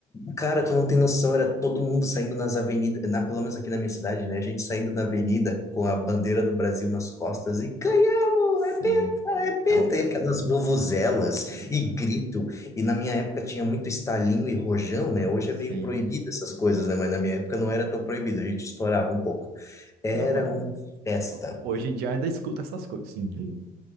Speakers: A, on the left; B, on the right.
A: cara, tu não tem noção, era todo mundo saindo nas avenidas, na, pelo menos aqui na minha cidade, né? A gente saindo na avenida com a bandeira do Brasil nas costas e ganhamos,
B: sim.
A: é penta, é penta,
B: É um-
A: e aquelas vuvuzelas
B: Deus,
A: e
B: aham,
A: grito. E na minha época tinha muito estalinho e rojão, né? Hoje
B: Sim.
A: é meio proibido essas coisas, né? Mas na minha época não era tão proibido, a gente estourava um pouco. Era
B: Não, mas.
A: uma festa.
B: Hoje em dia ainda escuta essas coisas. Sim.